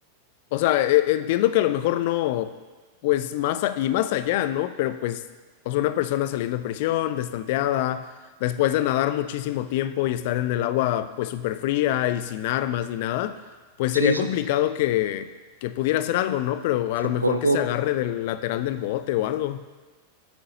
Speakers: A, on the left; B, on the right.
A: o sea, e- e, entiendo que a lo mejor no, pues más a- y más allá, ¿no? Pero pues, o sea, una persona saliendo de prisión, destanteada, después de nadar muchísimo tiempo y estar en el agua pues súper fría y sin armas ni nada, pues sería
B: Sí,
A: complicado
B: sup-
A: que, que pudiera hacer algo, ¿no? Pero
B: supongo,
A: a lo mejor que se agarre del lateral del bote o algo.